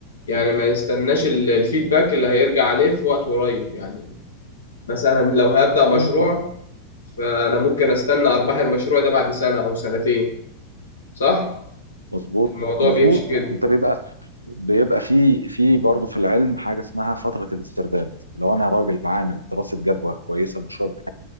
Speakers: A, on the left (about 70°); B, on the right (about 80°).
A: يعني ما يستناش ال- الفيدباك اللي هيرجع عليه في وقت قريب يعني مثلا لو هبدأ مشروع
B: ايوه طبعا
A: فأنا ممكن أستنى أرباح المشروع ده بعد سنة أو سنتين صح؟
B: مظبوط
A: الموضوع
B: مظبوط
A: بيمشي كده
B: انت بيبقى بيبقى في في برضه في العلم حاجه اسمها فتره الاسترداد لو انا راجل عامل دراسه جدوى كويسه المشروع بتاعي